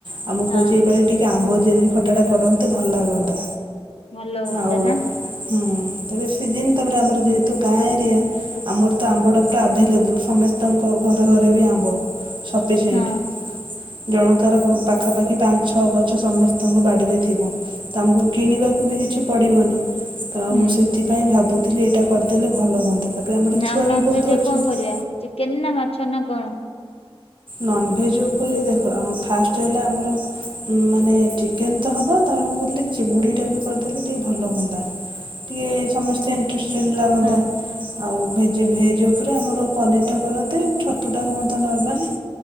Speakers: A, on the right; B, on the left.
A: ଆଉ ମୁଁ
B: ହଁ।
A: କହୁଚି ଏଇପାଳି ଟି ଆମ୍ବ ଜେଲି ଖଟାଟା କରନ୍ତେ ଭଲ ଲାଗନ୍ତା,
B: ଭଲ ହୁଅନ୍ତା
A: ଆଉ
B: ନା
A: ହୁଁ, ଏବେ ସିଜିନ୍ ତାପରେ ଆମର ଯେହେତୁ ଗାଁ ଏରିଆ ଆମରତ ଆମ୍ବ ଅଡ଼ା ପୁରା ଆଭେଲେବୁଲ୍। ସମସ୍ତଙ୍କ ଘରେ ଘରେବି ଆମ୍ବ, ସପିସେଣ୍ଟ।
B: ହଁ
A: ଜଣକାର ଭ ପାଖାପାଖି ପାଞ୍ଚ ଛଅ ଗଛ ସମସ୍ତଙ୍କ ବାଡ଼ିରେ ଥିବ। ତ ଆମକୁ କିଣିବାକୁବି କିଛି ପଡ଼ିବନି। ତ
B: ହୁଁ
A: ମୁଁ ସେଥିପାଇଁ ଭାବୁଥିଲି ଏଇଟା କରିଦେଲେ ଭଲ ହୁଅନ୍ତା। ତାପରେ ଆମର ଛୁଆ
B: ଆଉ ନନ୍
A: ବି ବହୁତ
B: ଭେଜ୍ ରେ
A: ଅଛନ୍ତି
B: କଣ କରିବା, ଚିକେନ୍ ନା ମାଛ ନା କଣ?
A: ନନ୍ ଭେଜ୍ ଉପରେ ଦେଖ, ଆମ ଫାଷ୍ଟ ହେଲା ଆମ ମାନେ ଚିକେନ଼ ତ ହବ, ତାପରେ ମୁଁ କହୁଥିଲି ଚିଙ୍ଗୁଡ଼ି ଟା ବି କରିଦେଲେ ଟିକେ ଭଲ ହୁଅନ୍ତା। ଟିକେ ସମସ୍ତେ ଇଣ୍ଟ୍ରେଷ୍ଟେଡ୍ ଲାଗନ୍ତା।
B: ହଁ
A: ଆଉ ଭେଜି ଭେଜ୍ ଉପରେ, ଆମର ପନିର୍ ଟା କରନ୍ତେ ଛତୁଟା ହୁଅନ୍ତା ନର୍ମାଲି।